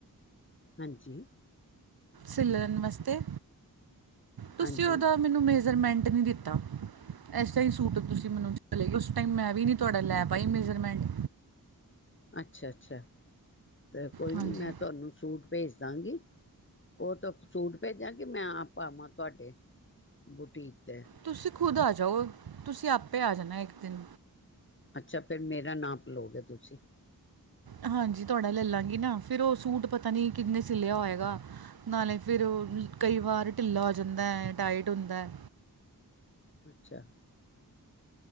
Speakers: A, on the left; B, on the right.
A: ਹਾਂਜੀ,
B: ਸਿੱਲਰ ਨਮਸਤੇ। ਤੁਸੀਂ
A: ਹਾਂਜੀ
B: ਉਹਦਾ ਮੈਨੂੰ ਮੇ ਮਜਰਮੈਂਟ ਨਹੀਂ ਦਿੱਤਾ ਇਸ ਤਾਈ ਸੂਟ ਤੁਸੀਂ ਮੈਨੂੰ ਉਸ ਟਾਈਮ ਮੈਂ ਵੀ ਨਹੀਂ ਤੁਹਾਡਾ ਲੈ ਪਾਈ ਮੇਜਰਮੈਂਟ।
A: ਅੱਛਾ ਅੱਛਾ। ਤੇ ਕੋਈ
B: ਹਾਂਜੀ
A: ਨੀ ਮੈਂ ਤੁਹਾਨੂੰ ਸੂਟ ਭੇਜ ਦਾਂਗੀ ਉਹ ਤੋਂ ਸੂਟ ਭੇਜਾਂਗੇ ਮੈਂ ਆਪ ਆਵਾਂ ਤੁਹਾਡੇ ਬੁਟੀਕ। ਤੇ
B: ਤੁਸੀਂ ਖੁਦ ਆ ਜਾਓ ਤੁਸੀਂ ਆ ਆਪੇ ਆ ਜਾਣਾ ਇੱਕ ਦਿਨ।
A: ਅੱਛਾ ਫਿਰ ਮੇਰਾ ਨਾਪ ਲਓਗੇ ਤੁਸੀਂ
B: ਹਾਂਜੀ ਤੁਹਾਡਾ ਲੈ ਲਾਂਗੀ। ਕੀ ਨਾ ਫਿਰ ਉਹ ਸੂਟ ਪਤਾ ਨੀ ਕਿੰਨੇ ਸਿੱਲਿਆ ਹੋਏਗਾ ਨਾਲੇ ਫਿਰ ਔ
A: ਅੱਛਾ
B: ਕਈ ਵਾਰ ਢਿੱਲਾ ਹੋ ਜਾਂਦੈ ਯਾਂ ਟਾਈਟ ਹੁੰਦੈ।
A: ਅੱਛਾ।